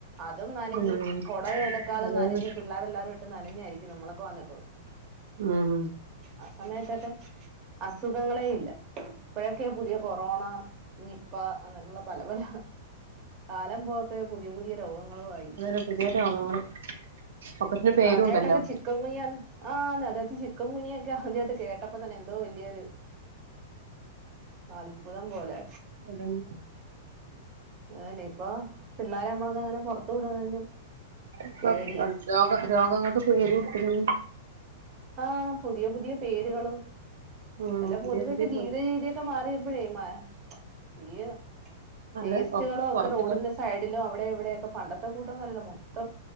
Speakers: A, on the right; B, on the right.
A: അതും നനഞ്ഞ്
B: ഉം
A: കൊട എടുക്കാതെ
B: അതന്നെ
A: നനഞ്ഞ് പിള്ളേരെല്ലാരു ട്ട് നനഞ്ഞായിരിക്കും നമ്മളൊക്കെ വന്നിട്ടുള്ളൂ
B: ഉം
A: ആ സമയത്തൊക്കെ അസുഖങ്ങളേ ഇല്ല ഇപ്പഴൊക്കെയ പുതിയ കൊറോണ നിപ്പ അങ്ങനെയുള്ള പല പല കാലം പോ ക്കെ പുതിയ പുതിയ രോഗങ്ങളു ആയി
B: അതനെ പുതിയ രോഗങ്ങൾ ഒക്കത്തിന് പേരുണ്ടല്ലോ
A: ആദ്യമായിട്ടൊക്കെ ചിക്കൻ ഗുനിയ ആ അതത് ചിക്കൻഗുനിയൊക്കെ ആദ്യമായിട്ട് കേട്ടപ്പോ തെ എന്തോ വലിയൊരു അത്ഭുതം പോലെ
B: അതന്നെ
A: അതന്നെ ഇപ്പൊ പിള്ളേരെ നമ്മക്ക് അങ്ങനെ പുറത്തു വിടുന്നതിനും
B: ഇപ്പൊ
A: പേടിയാ
B: രോഗ രോഗങ്ങൾക്ക് പേര്ട്ടുന്നു
A: ആഹ് പുതിയ പുതിയ പേരുകളും
B: ഉം
A: നല്ല
B: പുതിയ
A: പൊതുവെക്കെ
B: പുതിയ
A: ജീവിത
B: പേര്
A: രീതിയൊക്കെ മാറിയപ്പോഴേ മാ ഈ
B: അതെ
A: വേസ്റ്റുകളോ ഒക്കെ
B: പൊറത്തല്ലേ
A: റോഡിന്റെ സൈഡിലോ അവിടെ ഇവിടെക്കെ പണ്ട കൂട്ടന്നല്ല മൊത്തം